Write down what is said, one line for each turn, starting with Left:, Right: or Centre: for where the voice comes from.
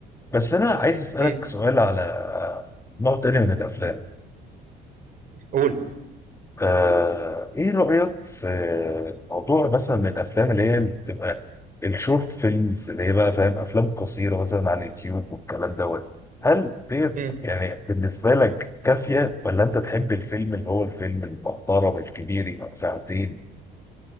Left: بس أنا عايز أسألك
Right: امم
Left: سؤال على نوع تاني من الأفلام
Right: قول
Left: آه، ايه رأيك في موضوع مثلا الافلام اللي هي بتبقى الشورت فيلمز اللي هي بقى فاهم افلام قصيرة مثلا على اليوتيوب والكلام دوت هل ديت
Right: امم
Left: يعني بالنسبة لك كافية ولا انت تحب الفيلم اللي هو الفيلم المحترم الكبير يبقى ساعتين